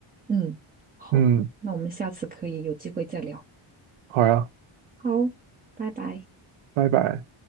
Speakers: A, on the right; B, on the right.
A: 嗯，好，
B: 嗯，
A: 那我们下次可以有机会再聊。
B: 好呀。
A: 好，拜拜。
B: 拜拜。